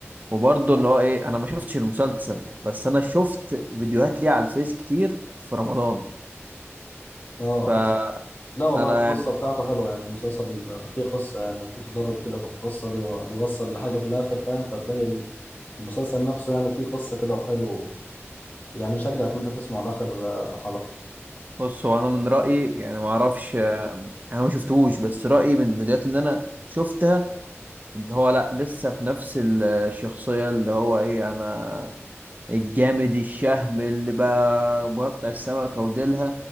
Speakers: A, on the right (about 35°); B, on the left (about 40°).
A: وبرضه اللي هو ايه انا ما شفتش المسلسل بس انا شفت فيديوهات ليه على الفيس كتير في رمضان
B: اه
A: فانا
B: بس لا والله القصه
A: يعني
B: بتاعته حلوه يعني المسلسل آه، فيه قصه يعني وفيه تدرج كده في القصه بيو- بيوصل لحاجه في الاخر فاهم فتلاقي المسلسل نفسه يعني فيه قصه كده وحلو يعني يشجعك ان انت تسمعه لاخر آه، حلقه
A: بص هو انا من رايي يعني ما اعرفش انا ما شفتهوش بس رايي من الفيديوهات اللي انا شفتها ان هو لا لسه في نفس الشخصيه اللي هو ايه انا الجامد الشهم اللي بقى مقطع السمكة وديلها